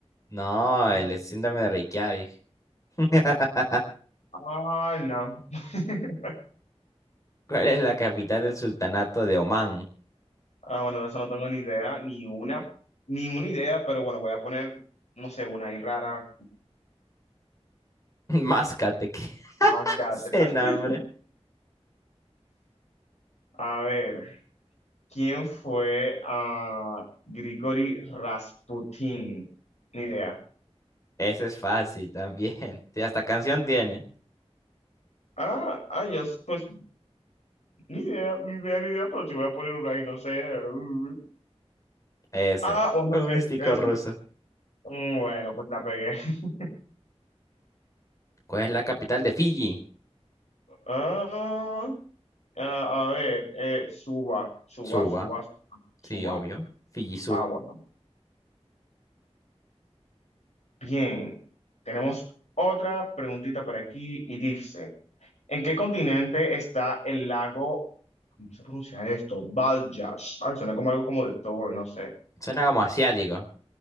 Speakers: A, on the left; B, on the left.
A: No,
B: ¿no?
A: el síndrome de Reykjavik. <laughs>
B: Ah, no. <laughs>
A: ¿Cuál es la capital del sultanato de Omán?
B: Ah, bueno, de eso no tengo ni idea, ni una, ni una idea, pero bueno, voy a poner, no sé, una ahí rara,
A: <laughs> Máscate, que
B: más cátedra.
A: ese nombre.
B: <laughs> A ver, ¿quién fue a Grigori Rasputin? Ni idea.
A: Ese es fácil también. <laughs> Y hasta canción tiene.
B: Ah, ah, yo, pues Ni idea, ni idea, ni idea, pero si voy a poner una ahí, no sé. Mm.
A: Ese,
B: Ah, o no
A: un
B: sé,
A: místico
B: eh,
A: ruso.
B: sí. Mm, Bueno, pues la pegué. <laughs>
A: ¿Cuál es la capital de Fiji?
B: Ah, ah, a ver, eh, suba, suba,
A: Suba,
B: suba, suba.
A: sí, obvio. Fiji
B: Ah, bueno. Bien. Tenemos otra preguntita por aquí y dice, ¿en qué continente está el lago, ¿cómo se pronuncia esto? Baljash. Ay, suena como algo como de Thor, no sé.
A: Suena como asiático.